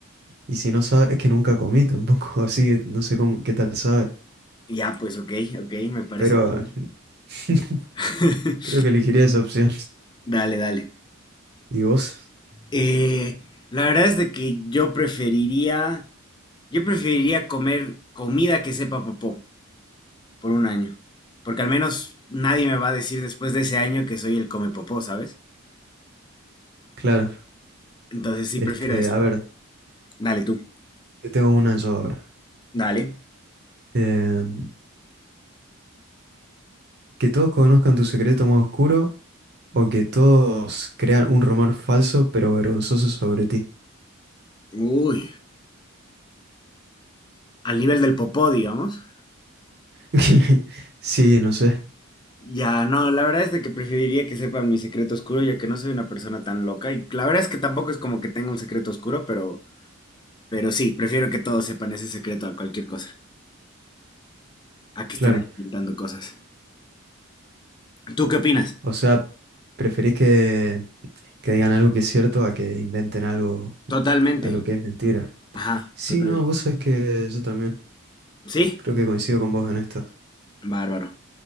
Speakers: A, on the right (about 50°); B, on the left (about 20°).
A: y si no sabes, es que nunca comí tampoco, <laughs> así que no sé cómo, qué tal sabe.
B: Ya, pues ok, ok, me parece
A: Pero
B: bien.
A: <laughs>
B: <laughs>
A: creo que elegiría esa opción.
B: Dale, dale.
A: ¿Y vos?
B: Eh, la verdad es de que yo preferiría, yo preferiría comer comida que sepa popó por un año, porque al menos nadie me va a decir después de ese año que soy el come popó, ¿sabes?
A: Claro.
B: Entonces sí
A: Este,
B: prefiero eso.
A: a ver,
B: Dale tú,
A: te tengo una yo ahora.
B: dale.
A: Em, que todos conozcan tu secreto más oscuro o que todos crean un rumor falso pero vergonzoso sobre ti.
B: Uy, al nivel del popó, digamos.
A: <laughs> Sí, no sé.
B: Ya, no, la verdad es de que preferiría que sepan mi secreto oscuro, ya que no soy una persona tan loca. Y la verdad es que tampoco es como que tenga un secreto oscuro, pero, pero sí, prefiero que todos sepan ese secreto a cualquier cosa, a que
A: Claro.
B: estén ahí inventando cosas. ¿Tú qué opinas?
A: O sea, ¿preferís que, que digan algo que es cierto a que inventen algo,
B: Totalmente.
A: algo que es mentira?
B: Ajá,
A: Sí,
B: total.
A: no, vos sabés que yo también
B: ¿Sí?
A: creo que coincido con vos en esto.
B: Bárbaro.